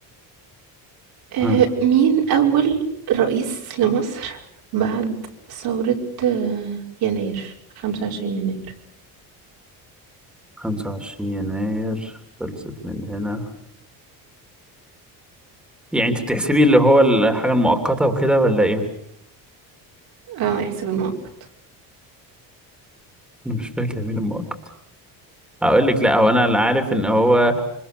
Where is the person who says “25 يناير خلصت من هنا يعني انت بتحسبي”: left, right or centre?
Centre